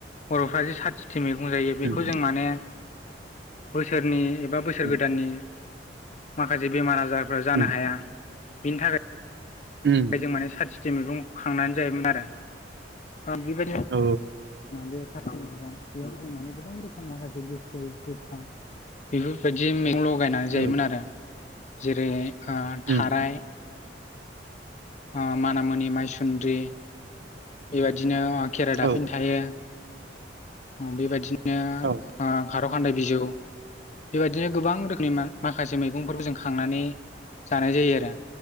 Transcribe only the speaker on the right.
उम
उम
उम
उम
औ
औ
उम
औ
औ